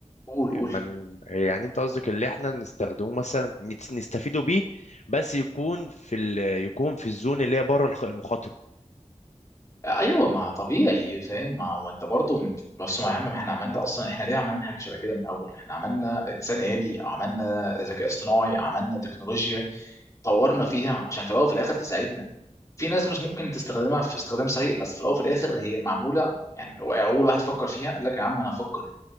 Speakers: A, on the left (about 25°); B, on the left (about 70°).
A: قول قول
B: من يعني انت قصدك اللي احنا نستخدمه مثلا نت- نستفيدوا بيه بس يكون في ال... يكون في الزون اللي هي بره الخ- المخاطره
A: ايوه ما طبيعي فاهم ما هو انت برضه من بص ما يا عم ما احنا عملنا اصلا احنا ليه عملنا حاجه شبه كده من الاول احنا عملنا انسان آلي عملنا ذكاء اصطناعي عملنا تكنولوجيا طورنا فيها عشان في الاول وفي الاخر تساعدنا في ناس مش ممكن تستخدمها في استخدام سيء بس في الاول وفي الاخر هي معموله يعني هو اول واحد فكر فيها قال لك يا عم انا هفكر